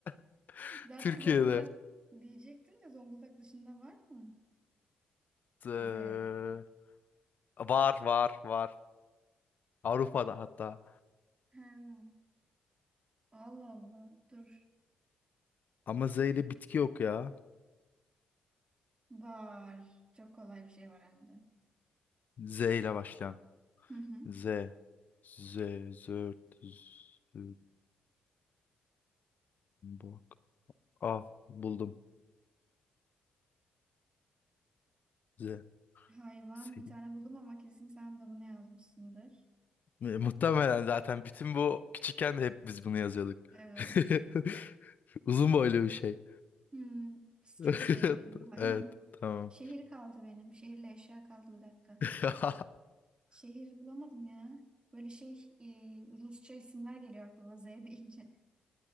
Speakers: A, on the left; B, on the right.
A: <laughs>
B: Zaten
A: Türkiye'de.
B: Zonguldak diyecektim de Zonguldak dışında var mı?
A: Z-
B: Z.
A: Var var var. Avrupa'da hatta.
B: Ha. Allah Allah. Dur.
A: Ama Z ile bitki yok ya.
B: Var. Çok kolay bir şey var hem de.
A: Z ile başlayan.
B: Hı hı.
A: Z. Z. Zört. Z- Bak. Ah buldum. Z.
B: Hayvan
A: Z.
B: bir tane buldum ama kesin sen de bunu yazmışsındır.
A: Mu- Muhtemelen zaten bütün bu küçükken de hep biz bunu yazıyorduk.
B: Evet.
A: <laughs> Uzun boylu bir şey.
B: Hmm,
A: <laughs>
B: çok sevdiğim bir hayvan.
A: Evet, tamam.
B: Şehir kaldı benim. Şehirle eşya kaldı bir dakika.
A: <laughs>
B: Şehir bulamadım ya. Böyle şey e, Rusça isimler geliyor aklıma Z deyince.